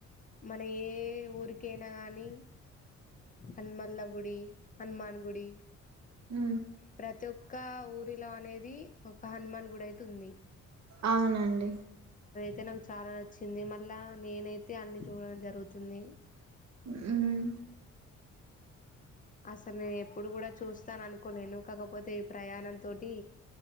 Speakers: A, on the left; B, on the right.
A: మన ఏ ఊరికైనా నీ అనుమల్ల గుడి హనుమాన్ గుడి
B: హ
A: ప్రతి ఒక్క ఊరిలో అనేది ఒక హనుమాన్ గు అయితే ఉంది
B: అవునండి
A: అయితే నాకు చాలా నచ్చింది మళ్ళా నేనైతే అన్ని చూడడం జరుగుతుంది
B: <inaudible>
A: అసలు నేను ఎప్పుడు కూడా చూస్తాను అనుకోలేను కాకపోతే ఈ ప్రయాణం తోటి